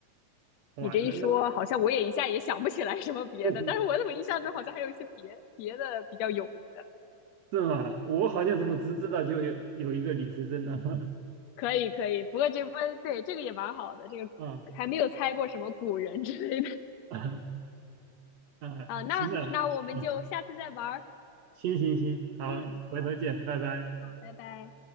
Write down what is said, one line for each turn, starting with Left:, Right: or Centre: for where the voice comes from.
Right: 哇，
Left: 你这一说，
Right: 那那
Left: 好像我也一下也想不起来什么别的，
Right: <laughs>
Left: 但是我怎么印象中好像还有一些别别的比较有名的，
Right: 是吗？我好像怎么只知道就有有一个李时珍呢？
Left: 嗯，
Right: <laughs>
Left: 可以可以，不过这不对，这个也蛮好的，这个还没有猜过什么古人之类的
Right: 啊啊
Left: <laughs>
Right: 啊！
Left: 啊，那那我们就下次再玩儿，
Right: 行了，嗯，行行行，好，
Left: 嗯，
Right: 回头见，
Left: 好，
Right: 拜拜。
Left: 好，拜拜。